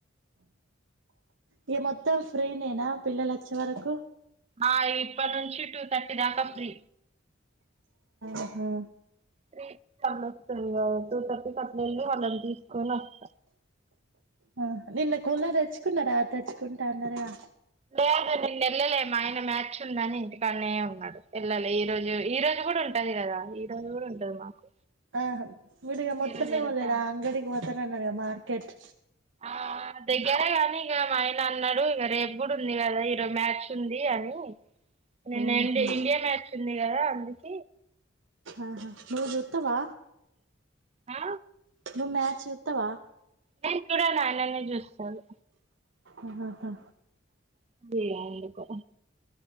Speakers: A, on the right (about 70°); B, on the right (about 35°).
A: ఇగ మొత్తం ఫ్రీ నేనా పిల్లలు అచ్చే వరకు
B: ఆ ఇప్పటి నుంచి టూ థర్టీ దాకా ఫ్రీ
A: ఆహా
B: త్రీ థన్ వస్తది కావు టు థర్టీ కి అట్లెల్లి వాళ్ళను తీసుకొనస్త
A: ఆ నిన్న కూలర్ తెచ్చుకున్నారా తెచ్చుకుంటాన్నారు గా
B: లేదు మేం నిన్న ఎళ్లలే మా ఆయన మ్యాచ్ ఉందని ఇంటికన్నె ఉన్నాడు ఏల్లలే ఈ రోజు ఈ రోజు కూడా ఉంటది కదా ఈ రోజు కూడా ఉంటది మాకు
A: ఆహా మీరీగా మొత్తమే
B: ఈ రోజు వెళ్తా
A: వోలేరా అంగడి పో తనన్నర్గ మార్కెట్
B: ఆ దగ్గరే గాని ఇగా మా ఆయన అన్నాడు ఇగ రేపు కూడా ఉంది కదా ఈరోజు మ్యాచ్ ఉంది అని నిన్న
A: ఉహు
B: ఇండి ఇండియా మ్యాచ్ ఉంది కదా అందుకే
A: ఆహా నువ్ జూత్తవా
B: ఆ
A: నువు మ్యా చూతవా
B: నేను చూడన్ ఆయననే చూస్తాడు
A: ఆహా
B: జేయ ఎందుకో